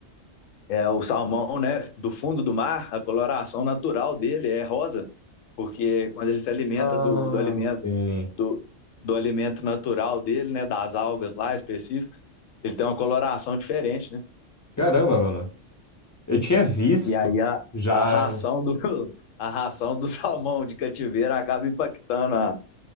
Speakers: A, on the left; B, on the left.
A: É, o salmão, né, do fundo do mar, a coloração natural dele é rosa, porque quando ele se alimenta
B: Ah,
A: do, do alimento
B: sim.
A: do, do alimento natural dele, né, das algas lá específicas, ele tem uma coloração diferente, né?
B: Caramba, mano. Eu tinha visto
A: E aí a,
B: já.
A: a ração do, <laughs> a ração do salmão de cativeiro acaba impactando a,